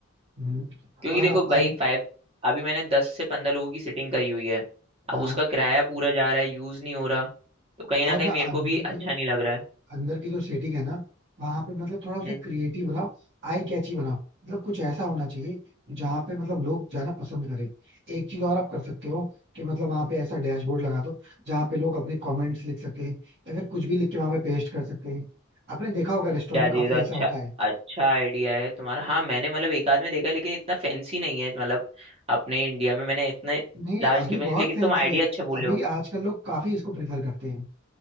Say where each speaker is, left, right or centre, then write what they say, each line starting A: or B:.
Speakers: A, on the right; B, on the right.
A: हम्म,
B: क्योंकि
A: और
B: देखो
A: आप
B: भाई
A: अं,
B: फाइव अभी मैंने दस से पंद्रह लोगों की सिटिंग करी हुई है
A: हाँ
B: अब उसका किराया पूरा जा रहा है यूज नहीं हो रहा तो कहीं
A: और
B: ना कहीं
A: ना
B: मेरे
A: अंदर
B: को भी अच्छा
A: की जो
B: नहीं लग रहा है
A: अंदर की जो सेटिंग है ना वहां पे मतलब थोड़ा उसे
B: हम्म
A: क्रिएटिव बनाओ आई कैची बनाओ मतलब कुछ ऐसा होना चाहिए जहाँ पे मतलब लोग जाना पसंद करें एक चीज और आप कर सकते हो कि मतलब वहां पे ऐसा डैशबोर्ड लगा दो जहाँ पे लोग अपने कमेंट्स लिख सकते हैं या फिर कुछ भी लिख के वहां पे पेस्ट कर सकते हैं आपने देखा होगा रेस्टोरेंट
B: यार
A: में काफी
B: ये तो अच्छा
A: ऐसा होता है
B: अच्छा आइडिया है तुम्हारा हाँ मैंने मतलब एक आध में देखा है, लेकिन इतना फैंसी नहीं है मतलब अपने इंडिया में मैंने इतने
A: नहीं
B: लार्ज
A: अभी
B: के बने
A: बहुत
B: लेकिन
A: फैंसी
B: तुम आइडिया
A: है
B: अच्छा बोल
A: अभी आजकल लोग काफी इसको प्रेफर करते हैं